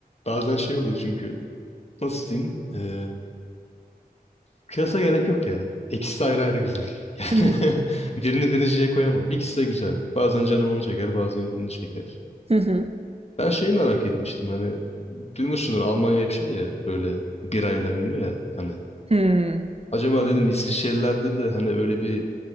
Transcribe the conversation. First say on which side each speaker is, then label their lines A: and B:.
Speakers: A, on the left; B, on the right.
A: Bazen şey oluyor çünkü nasıl diyeyim? E, kıyasa gerek yok ya. İkisi de ayrı ayrı güzel. <laughs>
B: Hı hı.
A: Yani birini birinciye koyamam. İkisi de güzel. Bazen canım onu çeker, bazen öbürünü çeker.
B: Hı hı.
A: Ben şeyi merak etmiştim hani duymuşsundur Almanya hep şey ya böyle birayla ünlü ya hani.
B: Hmm.
A: Acaba dedim İsviçrelilerde de hani öyle bir